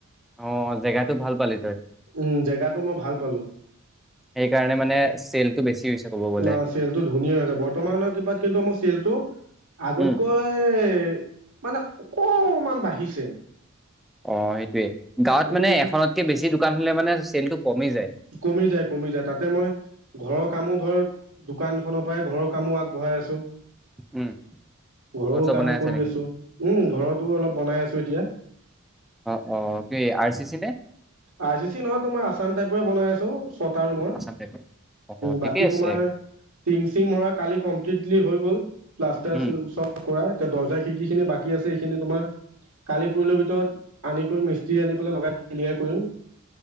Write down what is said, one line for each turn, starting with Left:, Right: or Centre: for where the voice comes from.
Centre: অহ, জেগাটো ভাল পালি তই।
Right: উম জেগাটো মই ভাল পালো
Centre: সেইকাৰণে মানে চেলটো বেছি হৈছে। ক'ব গ'লে।
Right: ন চেলটো ধুনীয়া হৈছে। বৰ্তমানৰ কৃপাত কিন্তু মোৰ চেলটো আগতকৈ
Centre: উম।
Right: মানে অকমান বাঢ়িছে।
Centre: অ' সেইটোৱে। গাঁৱত
Right: উম
Centre: মানে এখনতকে বেছি দোকান হ'লে মানে চেলটো কমি যায়।
Right: কমি যায়, কমি যায়। তাতে মই ঘৰৰ কামো ধৰ দোকানখনৰ পৰাই ঘৰৰ কামো আগবঢ়াই আছোঁ।
Centre: উম।
Right: ঘৰৰ
Centre: ঘৰ-চৰ
Right: কাম
Centre: বনাই আছা
Right: কৰি
Centre: নেকি?
Right: আছো। উম, ঘৰটো অলপ বনাই আছো। তো এতিয়া?
Centre: অ অ, কি আৰ চি চি নে?
Right: আৰ চি চি নহয়, তোমাৰ আচাম টাইপহে বনাই আছো। ছটা ৰুমৰ।
Centre: আছাম টাইপৰ? অ', ঠিকেই
Right: বাকী
Centre: আছে,
Right: তোমাৰ টিঙ-চিঙ মৰা কালি কম্প্লিতলি হৈ ক'ল প্লাষ্টাৰ
Centre: উম।
Right: শ্ল <unintelligible> কৰা এতিয়া। দৰ্জা-খিৰিকিখিনি বাকী আছে। এইখিনি তোমাৰ কালি-পৰহিলৈ ভিতৰত আনি কৰি মিস্ত্ৰী আনি পেলাই লগাই ক্লিয়াৰ কৰিম।